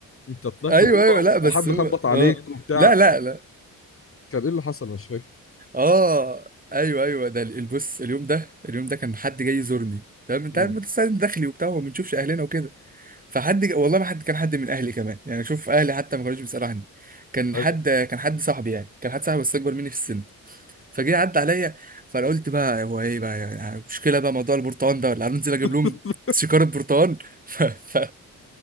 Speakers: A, on the left; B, on the right.
A: انت طلعت
B: ايوه
A: الاوضه
B: ايوه لا
A: وحد
B: بس هو
A: خبط عليك
B: اه
A: وبتاع
B: لا لا لا
A: كان ايه اللي حصل أنا مش فاكر
B: اه ايوه ايوه ده البص اليوم ده اليوم ده كان حد جاي يزورني تمام انت
A: مم.
B: عارف بس داخلي وبتاع وما بنشوفش اهلنا وكده فحد والله ما حد كان حد من اهلي كمان يعني شوف اهلي حتى ما كانوش بيسالوا عني كان
A: ايوه
B: حد كان حد صاحبي يعني كان حد صاحبي بس اكبر مني في السن فجه عدى عليا فانا قلت بقى هو ايه بقى يعني مشكله بقى موضوع البرتقال ده ولا هننزل اجيب
A: <laughs>
B: لهم شكاره برتقال <laughs> ف... ف...